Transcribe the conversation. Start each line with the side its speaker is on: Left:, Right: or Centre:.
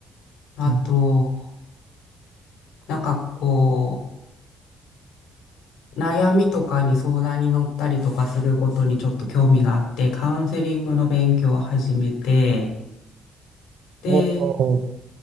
Left: あと、
Right: ん
Left: なんかこう、悩みとかに相談に乗ったりとかすることにちょっと興味があって、カウンセリングの勉強を始めて、で、
Right: おお、